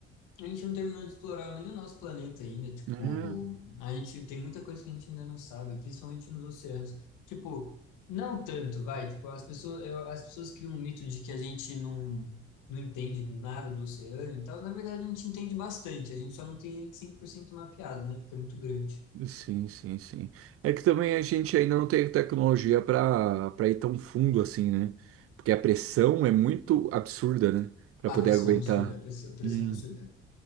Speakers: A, on the left; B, on the right.
A: A gente não terminou de explorar nem o nosso planeta ainda. Tipo,
B: É,
A: a gente tem muita coisa que a gente ainda não sabe, principalmente nos oceanos. Tipo, não tanto, vai. Tipo, as pessoas, eu- as pessoas criam um mito de que a gente não, não entende nada do oceano e tal. Na verdade, a gente entende bastante. A gente só não tem ele 100% mapeado, né? Porque é muito grande.
B: sim, sim, sim. É que também a gente ainda não tem tecnologia para para ir tão fundo assim, né? Porque a pressão é muito absurda, né? Para
A: A
B: poder
A: pressão
B: aguentar.
A: é absurda, a pressão, a pressão
B: Hum,
A: é absurda.